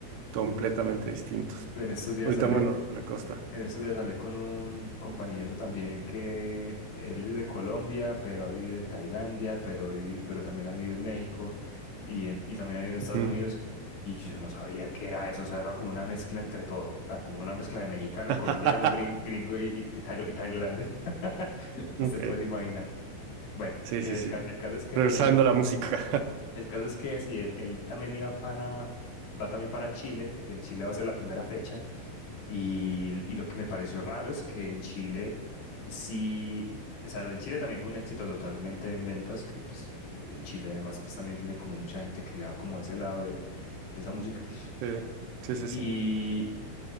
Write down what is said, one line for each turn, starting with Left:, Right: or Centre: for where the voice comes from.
Right: completamente distintos.
Left: Bueno, estos días
Right: Ahorita,
Left: hablé,
Right: bueno, de la costa.
Left: En estos días hablé con un compañero también que él es de Colombia, pero ha vivido en Tailandia, pero, vi- pero también ha vivido en México y, en- y también ha vivido en Estados
Right: Mm.
Left: Unidos. Y yo no sabía qué era eso, o sea, era como una mezcla entre todo, o sea, como una mezcla de mexicano,
Right: <laughs>
Left: colombiano, grin- gringo y, y, y tail- y tailandés. <laughs> No
Right: Ok,
Left: se puede imaginar. Bueno,
Right: sí,
Left: el,
Right: sí, sí.
Left: ca- el caso es que,
Right: Regresando
Left: eh,
Right: a la música.
Left: el caso es que sí, él, él también iba para, va también para Chile, el Chile va a ser la primera fecha. Y, y lo que me pareció raro es que en Chile sí, o sea, en Chile también fue un éxito totalmente en ventas, que pues eh, Chile además pues también tiene como mucha gente que le va como a ese lado del, de esa música.
Right: <laughs> Sí, sí, sí,
Left: Y,
Right: sí.